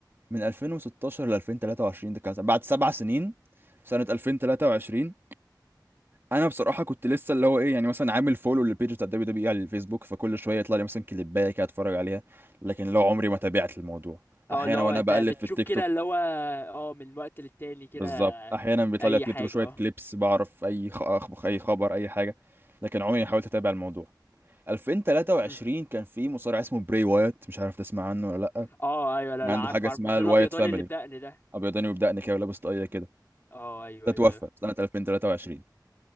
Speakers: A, on the right; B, on the left.
A: من 2016 ل 2023 ده كان بعد سبع سنين سنة 2023 انا بصراحة كنت لسه اللي هو ايه يعني مثلا عامل فولو للبيج بتاع دبليو دبليو اي على الفيسبوك فكل شوية يطلع لي مثلا كليباية كده اتفرج عليها لكن لو عمري ما تابعت الموضوع
B: اه
A: احيانا
B: اللي هو
A: وانا
B: انت
A: بقلب
B: بتشوف
A: في التيك
B: كده
A: توك
B: اللي هو اه من وقت للتاني كده
A: بالظبط احيانا بيطلع
B: اي
A: لي على التيك
B: حاجه
A: توك شوية
B: اه
A: كليبس بعرف اي خ... اي خبر اي حاجة لكن عمري ما حاولت اتابع الموضوع 2023
B: أمم.
A: كان في مصارع اسمه براي وايت مش عارف تسمع عنه ولا
B: اه ايوه لا
A: كان
B: لا
A: عنده
B: عارف
A: حاجه
B: عارف
A: اسمها
B: مش ده
A: الوايت
B: الابيضاني
A: فاميلي
B: اللي بدقن ده
A: ابيضاني وبدقني كده ولابس طاقيه كده
B: اه ايوه
A: ده توفى
B: ايوه ايوه
A: سنه 2023